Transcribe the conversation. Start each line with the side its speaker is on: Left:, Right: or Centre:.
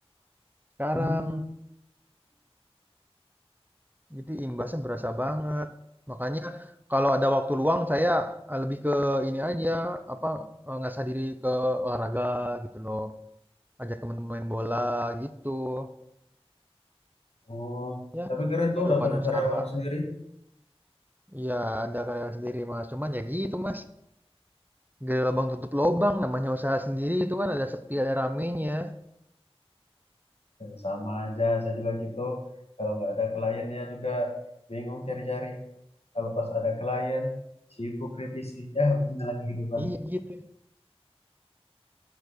Right: sekarang
Left: hmm.
Right: Jadi imbasnya berasa banget. Makanya kalau ada waktu luang saya, eee, lebih ke ini aja, apa, eee, ngasah diri ke olahraga gitu loh, ajak temen main bola gitu.
Left: Oh,
Right: Ya
Left: tapi keren
Right: kehidupan
Left: tuh udah punya
Right: usaha
Left: karyawan sendiri.
Right: Ya ada kerenan sendiri, Mas, cuman ya gitu, Mas, gali lubang tutup lubang. namanya usaha sendiri itu kan ada sepi ada ramenya.
Left: Eh, Sama aja, saya juga gitu. Kalau nggak ada klien ya juga bingung cari-cari. Kalau pas ada klien, sibuk revisi. Ya, beginilah kehidupan.
Right: Iya gitu.